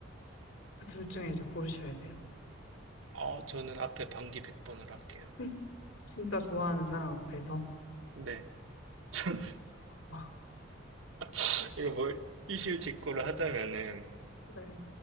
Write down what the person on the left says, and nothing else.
그둘 중에 이제 고르셔야 돼요.
<laughs> 진짜 좋아하는 사람 앞에서.
<laughs>
네.